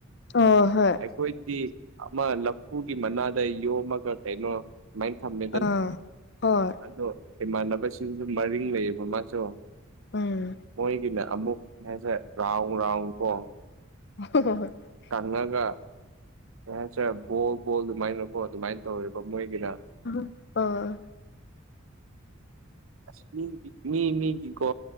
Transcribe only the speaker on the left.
ꯑꯣ ꯍꯣꯏ
ꯑꯥ ꯍꯣꯏ
ꯎꯝ
<unintelligible>
ꯑꯣ ꯑꯥ